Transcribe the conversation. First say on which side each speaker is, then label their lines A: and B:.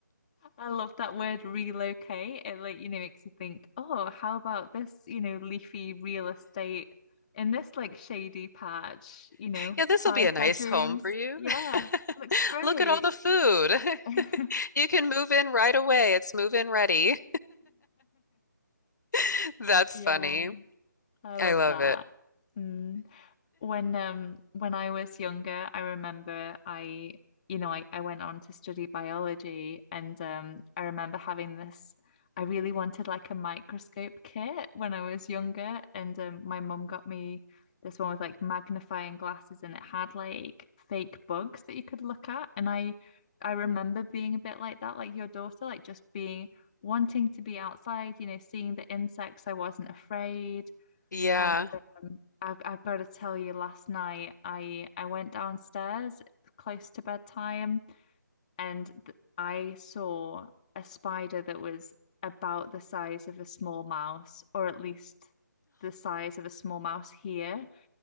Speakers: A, on the left; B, on the left.
A: I love that word relocate. It like, you know, makes you think, oh, how about this, you know, leafy real estate in this like shady patch, you know,
B: Yeah, this
A: five
B: will be a nice
A: bedrooms.
B: home for you.
A: Yeah,
B: <laughs>
A: looks great.
B: Look at all the food. <laughs>
A: <laughs>
B: You can move in right away. It's move in ready. <laughs> That's
A: Yeah,
B: funny.
A: I love
B: I love
A: that.
B: it.
A: Mm. When um when I was younger, I remember I you know I, I went on to study biology and um I remember having this I really wanted like a microscope kit when I was younger and um my mum got me this one with like magnifying glasses and it had like fake bugs that you could look at and I I remember being a bit like that like your daughter like just being wanting to be outside you know seeing the insects I wasn't afraid
B: Yeah.
A: and um,
B: <gasps>
A: I've I've got to tell you, last night I I went downstairs close to bedtime, and th I saw a spider that was about the size of a small mouse, or at least the size of a small mouse here